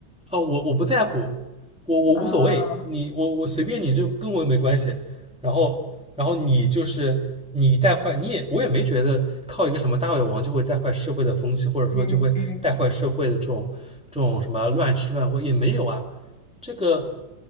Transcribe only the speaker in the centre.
哦，我我不在乎，我我无所谓，
你我我随便你，就跟我又没关系。然后然后你就是你带坏，你也我也没觉得靠一个什么大胃王就会带坏社会的风气，或者说就会带坏社会的这种这种什么乱吃乱喝也没有啊。
这个